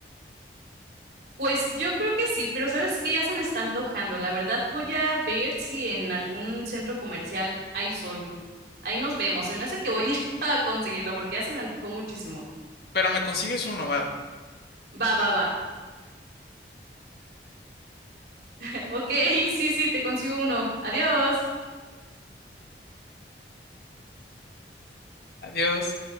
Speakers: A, on the right (about 65°); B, on the left (about 60°).
A: Pues yo creo que sí, pero sabes que ya se me está antojando. La verdad voy a ver si en algún centro comercial hay soju. Ahí nos vemos. Se me hace que voy a ir <laughs> a conseguirlo porque ya se me antojó muchísimo.
B: Pero me consigues uno, ¿vale?
A: Va, va, va. <laughs> Ok, sí, sí, te consigo uno. Adiós.
B: Adiós.